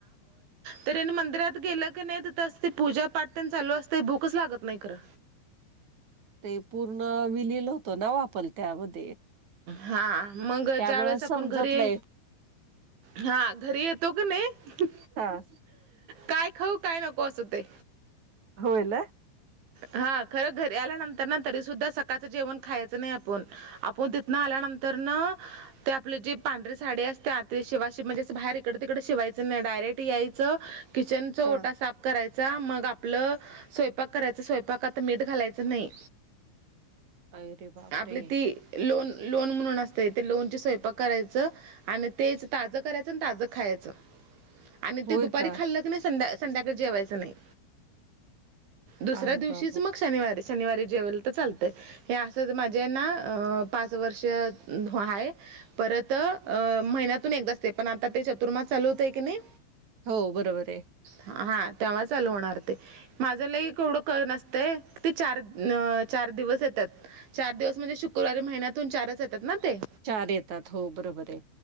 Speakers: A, on the right; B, on the right.
A: कनी मंदिरात गेलं की नाही तिथ असते पूजा पाठ त्यांनी चालू असते भूकच लागत नाही खरं.
B: ते पूर्ण विलील होतं ना ओ आपण त्यामध्ये
A: हा मग
B: त्यामुळं
A: ज्या वेळेस आपण
B: समजत
A: घरी.
B: नाही.
A: हा घरी येतो की नाही
B: हां.
A: काय खाऊ काय नको असं होते.
B: होय ना.
A: हा खरं घरी आल्यानंतर ना तरी सुुद्धा सकाळचं जेवण खायचं नाही आपण आपण तिथनं आल्यानंतर न ते आपली जी पांढरीे सांडी असते आंत शिवायचं म्हणजे बाहेर इकडं तिकडे शिवायचं नाहीं डायरेक्ट यायचं किंचनचा
B: हां.
A: ओटा साफ करायंचा मंग आपलं स्वयंपाक करायचं स्वयंपाकांत मीठ घालायचं नाहीं
B: अरे बापरे!
A: आपलीं ती लोन लोन म्हणूंन असतं ते लोन स्वयंपाक करायचं आणि तेचं ताजं करायचं आणि ताजं खायचं
B: <unintelligible>
A: आणि ते दुपारी
B: का?
A: खाल्लं की नाहीं संध्या संध्याकाळी जेवायचं नाहीं दुसऱ्यां
B: अरे
A: दिवशीच
B: बाप!
A: मंग शनिवारी शनिवारी जेवंल तरं चालतंय हे असंच माझ्या आहेनं पांच वर्ष आहे परंत अ महिन्यांतून एकदाचं असतें पणं आता ते चातुर्मास चालूं होतंय की नाहीं
B: हो बरोबर आहे
A: हां तेंव्हा चालूं होणारं ते माझं लंय एवढं कांहीं नसते ते चार चार दिवंस येतांत चार दिवंस म्हणजे शुक्रवार महिन्यांतून चारचं येतांत नां ते
B: चार येतांत हो बरोबर आहे